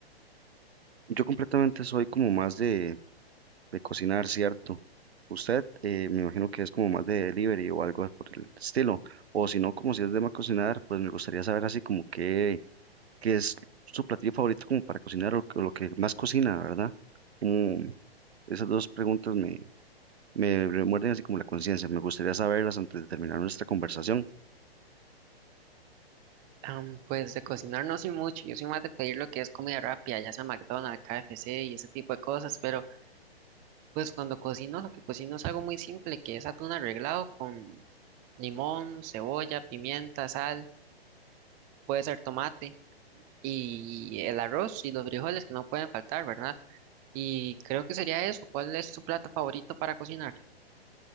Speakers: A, on the right; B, on the right.
A: Yo completamente soy como más de, de cocinar, ¿cierto? Usted eh, me imagino que es como más de delivery o algo por el estilo. O si no, como si es de más cocinar, pues me gustaría saber así como qué, qué es su platillo favorito como para cocinar o o lo que más cocina, ¿verdad? ¿Cómo, Esas dos preguntas me, me remuerden así como la conciencia. Me gustaría saberlas antes de terminar nuestra conversación.
B: Am, pues de cocinar no soy mucho, yo soy más de pedir lo que es comida rápida, ya sea McDonald's, KFC y ese tipo de cosas, pero... Pues cuando cocino, lo que cocino es algo muy simple, que es atún arreglado con limón, cebolla, pimienta, sal, puede ser tomate y el arroz y los frijoles que no pueden faltar, ¿verdad? Y creo que sería eso. ¿Cuál es tu plato favorito para cocinar?